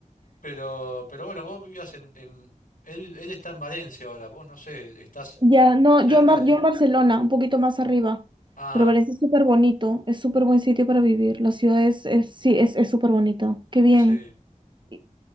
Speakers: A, on the left (about 80°); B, on the right (about 35°).
A: Pero, pero bueno, vos vivías en, en- Él, él está en Valencia ahora, vos no sé, ¿estás
B: Ya, no,
A: cerca
B: yo en, Bar-
A: de
B: yo
A: ahí?
B: en Barcelona, un poquito más arriba,
A: Ah,
B: pero parece súper bonito, es súper buen sitio para vivir, la ciudad es, es- sí, es, es súper bonito, qué bien.
A: sí.
B: Y